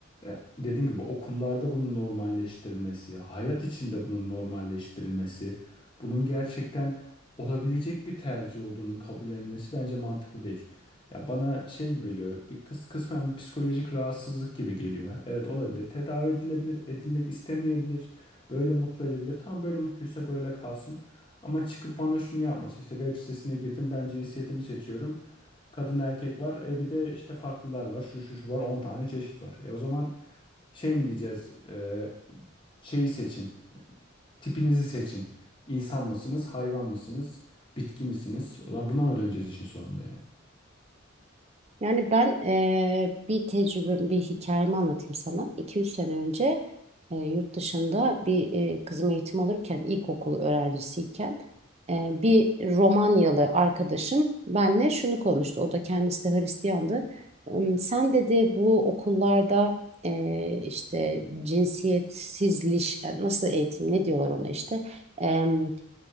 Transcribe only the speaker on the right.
Yani ben eee, bir tecrübe bir hikayemi anlatayım sana. 200 sene önce eee, yurt dışında bir eee, kızım eğitim alırken, ilkokul öğrencisiyken eee, bir Romanyalı arkadaşım benle şunu konuştu. O da kendisi de Hristiyandı. Im, Sen dedi bu okullarda eee, işte cinsiyetsizliş, yani nasıl eğitim, ne diyorlar ona işte? Em,